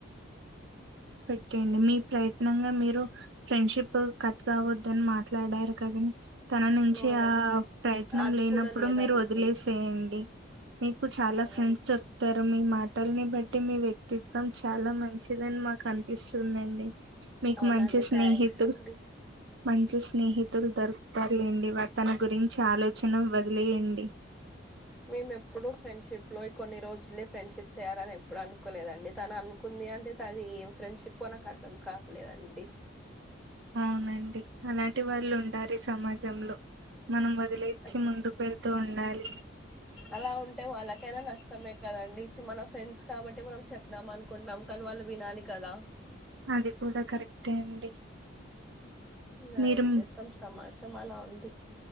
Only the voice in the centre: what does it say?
అవునండి
అది
కూడా లేదండి
అవునండి
అవునండి
థ్యాంక్స్ అండి
మేము ఎప్పుడు ఫ్రెండ్షిప్ లో కొన్ని రోజులే ఫ్రెండ్షిప్ చేయాలని ఎప్పుడు అనుకోలేదండి తను అనుకుంది అంటే తది ఫ్రెండ్షిప్ పో నాకు అర్థం కాట్లేదండి
అల్
అలా ఉంటే వాళ్ళకైనా నష్టమే కదండి మన ఫ్రెండ్స్ కాబట్టి మనం చెప్పుదాం అనుకుంటాం కానీ వాళ్ళు వినాలి కదా
ఇక
ఏం చేస్తాం సమాజం అలా ఉంది ది